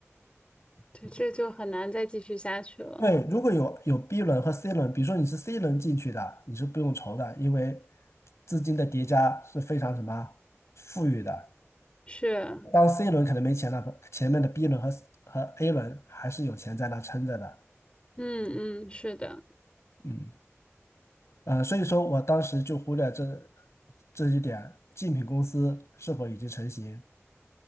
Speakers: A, on the left; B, on the left.
A: 对，这就很难再继续下去了。
B: 对，如果有有 B 轮和 C 轮，比如说你是 C 轮进去的，你是不用愁的，因为资金的叠加是非常什么富裕的。
A: 是，
B: 当 C 轮可能没钱了，前面的 B 轮和和 A 轮还是有钱在那撑着的。
A: 嗯嗯，是的，
B: 嗯，呃，所以说我当时就忽略这这一点，竞品公司是否已经成型